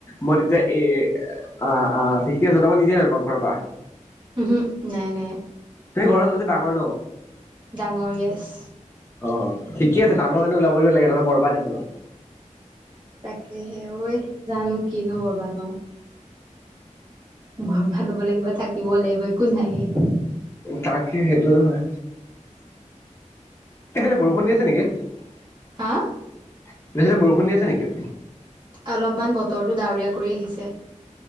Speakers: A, on the left; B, on the right.
A: মই তেতিয়া এই আহ ঠিকে আ জ মই নিদে নোম ঘৰৰ পৰা
B: উ নাই নাই
A: স ঘৰৰ চবচে ডাঙৰ ন
B: ডাঙৰ গেছ
A: অ ঠিকে আছে ডাঙৰ কাৰণে ওলাব নালাগে নহ'লে বৰবাদ হৈ যাবা
B: তাকেহে ঐ জানো কিনো ববা ধ বৰ ভাল হ'ব ল কিবা থাকিব লাগিব একো নাইয়ে
A: তাকে সেইটো নহয়। এইফালে বৰষুণ দি আছে নেকি? তয়া
B: হা
A: বৰষুণ দি আছে নেকি
B: অলপমান বতৰটো ডাৱৰীয়া কৰি আহিছে।